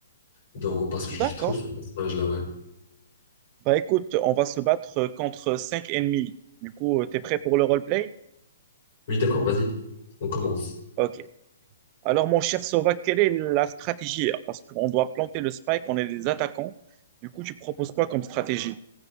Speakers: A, on the left (about 55°); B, on the right (about 35°).
A: Dans, parce que j'ai
B: D'accord.
A: trop ce personnage-là, ouais.
B: Bah, écoute, on va se battre euh, contre cinq ennemis. Du coup, euh, t'es prêt pour le roleplay?
A: Oui, d'accord, vas-y. On commence.
B: Ok. Alors, mon cher Sova, quelle est la stratégie? Parce qu'on doit planter le spike, on est des attaquants. Du coup, tu proposes quoi comme stratégie?